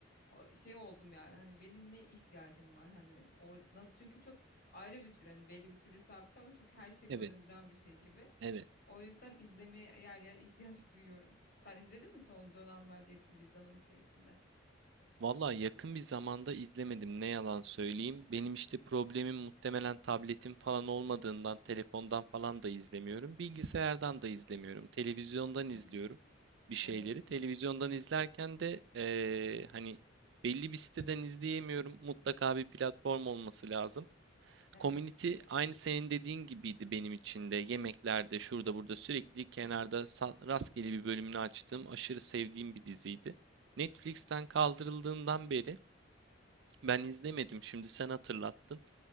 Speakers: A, on the left (about 55°); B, on the right (about 65°).
A: O şey oldum yani hani benim ne ihtiyacım var hani o nasıl çünkü çok ayrı bir tür hani belli bir türe sabit ama çok her şeyi
B: Evet,
A: barındıran bir şey gibi.
B: evet.
A: O yüzden izlemeye yer yer ihtiyaç <laughs> duyuyorum. Sen izledin mi son dönemlerde yakın bir zaman içerisinde?
B: Vallahi yakın bir zamanda izlemedim ne yalan söyleyeyim. Benim işte problemim muhtemelen tabletim falan olmadığından telefondan falan da izlemiyorum. Bilgisayardan da izlemiyorum. Televizyondan
A: Hmm,
B: izliyorum bir şeyleri.
A: evet,
B: Televizyondan izlerken de eee, hani belli bir siteden izleyemiyorum. Mutlaka bir platform olması lazım.
A: evet,
B: Community aynı senin dediğin gibiydi benim için de. Yemeklerde şurada burada sürekli kenarda sa- rastgele bir bölümünü açtığım aşırı sevdiğim bir diziydi. Netflix'ten kaldırıldığından beri ben izlemedim. Şimdi sen hatırlattın.